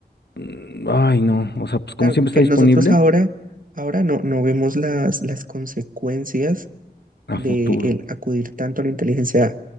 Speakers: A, on the left (about 85°); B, on the right (about 55°).
A: mm, ay no, o sea, pues como
B: claro,
A: siempre
B: porque
A: está disponible,
B: nosotros ahora, ahora no, no vemos las, las consecuencias
A: a
B: de
A: futuro,
B: el acudir tanto a la inteligencia